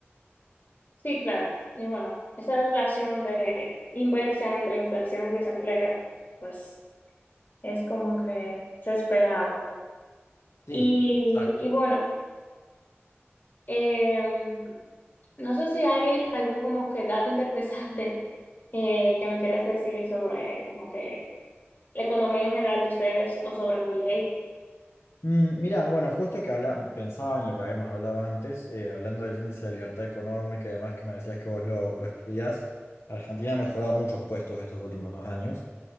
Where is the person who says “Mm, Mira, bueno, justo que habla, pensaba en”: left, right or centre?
Left